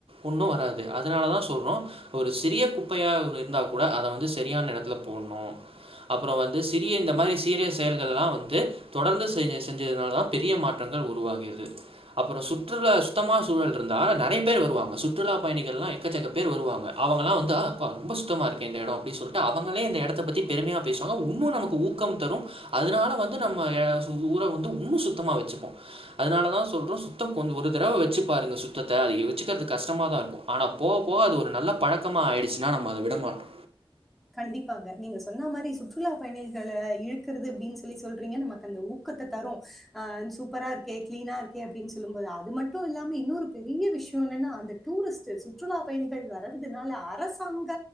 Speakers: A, on the right (about 85°); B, in the centre.
A: ஒன்னு வராது அதனால தா சொல்றோ ஒரு சிறிய குப்பையாக இருந்தா கூட அத வந்து சரியான எடத்துல போடணு அப்புற வந்து சிறிய இந்த மாதிரி சீரிய செயல்களெலா வந்து தொடர்ந்து செஞ் செஞ்சதுனால தா பெரிய மாற்றங்கள் உருவாகிறது அப்புறோ சுற்றுலா சுத்தமா சூழல் இருந்தா நெறைய பேர் வருவாங்க சுற்றுலா பயணிகள் எல்லா எக்கச்சக்க பேர் வருவாங்க அவங்கல்லா வந்தா அப்ப ரொம்ப சுத்தமா இருக்கே இந்த எடோ அப்டி சொல்லிட்டு அவங்களே இந்த எடத்த பத்தி பெருமையா பேசுவாங்க உன்னு நமக்கு ஊக்கம் தரு அதனால வந்து நம்ம எ சு ஊர வந்து உன்னு சுத்தமா வச்சுபோ அதனாலதா சொல்றோ சுத்தம் ஒரு தடவை வச்சு பாருங்க சுத்தத்த அத வச்சுக்கிறது கஷ்டமா தா இருக்கு ஆனா போக போக அது ஒரு நல்ல பழக்கமா ஆயிடுச்சுன்னா நம்ம அத விடமாட்டோ
B: கண்டிப்பாங்க நீங்க சொன்னா மாறி சுற்றுலா பயணிகளை இழுக்குறது அப்டின்னு சொல்லி சொல்றீங்க நமக்கு அந்த ஊக்கத்தை தரும் அஹ் சூப்பரா இருக்கே கிளீனா இருக்கே அப்டின்னு சொல்லும் போது அது மட்டு இல்லாம இன்னொரு பெரிய விஷயோ என்னன்னா அந்த டூரிஸ்ட் சுற்றுலா பயணிகள் வர்றதுனால அரசாங்க